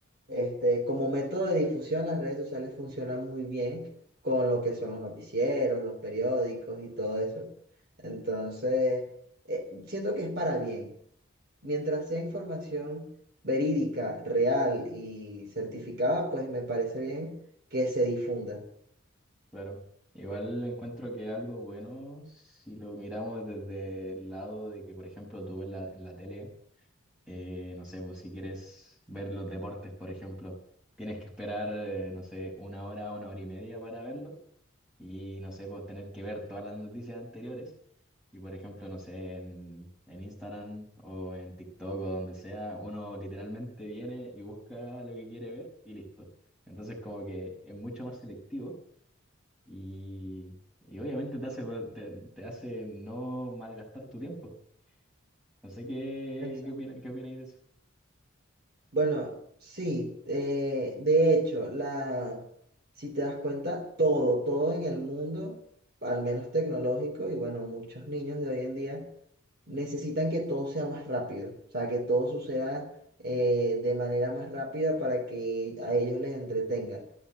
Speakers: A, on the right; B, in the centre.
A: Este, como método de difusión, las redes sociales funcionan muy bien con lo que son los noticieros, los periódicos y todo eso. Entonces, eh, siento que es para bien. Mientras sea información verídica, real y certificada, pues me parece bien que se difunda.
B: Claro, igual encuentro que algo bueno, si lo miramos desde el lado de que, por ejemplo, tú en la, en la tele, eh, no sé, pues si quieres ver los deportes, por ejemplo, tienes que esperar, eh, no sé, una hora, una hora y media para verlos y, no sé, pues tener que ver todas las noticias anteriores y, por ejemplo, no sé, en, en Instagram o en TikTok o donde sea, uno literalmente viene y busca lo que quiere ver y listo. Entonces, como que es mucho más selectivo y, y obviamente te hace, ver- te, te hace no malgastar tu tiempo. No sé qué,
A: Exacto.
B: qué opina, qué opináis de eso.
A: Bueno, sí, eh, de hecho, la, si te das cuenta, todo, todo en el mundo, al menos tecnológico, y bueno, muchos niños de hoy en día necesitan que todo sea más rápido, o sea, que todo suceda eh, de manera más rápida para que a ellos les entretenga.